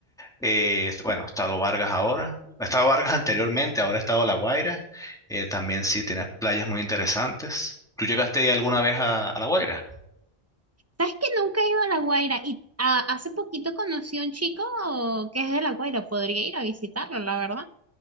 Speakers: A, in the centre; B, on the right.
A: eh, bueno, ha estado Vargas ahora, ha estado Vargas <laughs> anteriormente, ahora ha estado La Guaira. eh, también sí, tienes playas muy interesantes. ¿Tú llegaste alguna vez a, a La Guaira?
B: ¿Sabes que nunca he ido a La Guaira? Y ah, hace poquito conocí a un chico que es de La Guaira. Podría ir a visitarlo, la verdad.